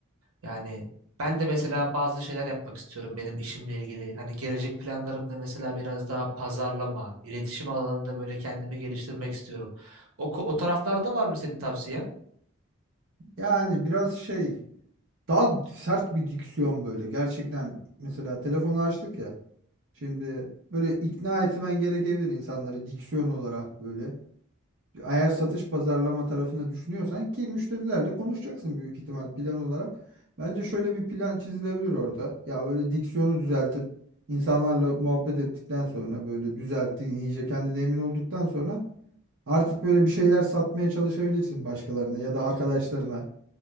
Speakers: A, on the right; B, on the right.
A: Yani ben de mesela bazı şeyler yapmak istiyorum benim işimle ilgili. Hani gelecek planlarımda mesela biraz daha pazarlama, iletişim alanında böyle kendimi geliştirmek istiyorum. O, ko- o taraflarda var mı senin tavsiye?
B: Yani biraz şey daha sert bir diksiyon böyle. Gerçekten mesela telefonu açtık ya. Şimdi böyle ikna etmen gerekebilir insanları diksiyon olarak böyle. Eğer satış pazarlama tarafını düşünüyorsan ki müşterilerle konuşacaksın büyük ihtimal plan olarak. Bence şöyle bir plan çizilebilir orada. Ya böyle diksiyonu düzeltip insanlarla muhabbet ettikten sonra böyle düzelttiğin iyice kendine emin olduktan sonra artık böyle bir şeyler satmaya çalışabilirsin başkalarına ya da arkadaşlarına.